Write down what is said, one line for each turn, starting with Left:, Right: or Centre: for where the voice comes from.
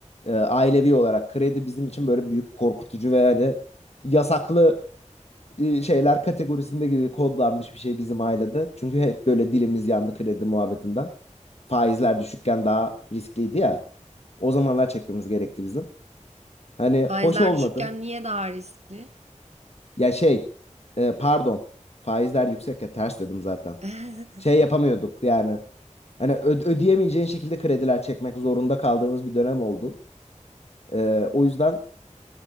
Left: Ee, ailevi olarak kredi bizim için böyle büyük korkutucu ve yani yasaklı e, şeyler kategorisinde gibi kodlanmış bir şey bizim ailede. Çünkü hep böyle dilimiz yandı kredi muhabbetinden. Faizler düşükken daha riskliydi ya. O zamanlar çekmemiz gerekti bizim. Hani
Right: Faizler
Left: hoş olmadı.
Right: düşükken niye daha riskli?
Left: Ya şey, e, pardon. Faizler yüksek ya ters dedim zaten.
Right: <laughs>
Left: şey yapamıyorduk yani. Hani ö- ödeyemeyeceğin şekilde krediler çekmek zorunda kaldığımız bir dönem oldu. Ee, o yüzden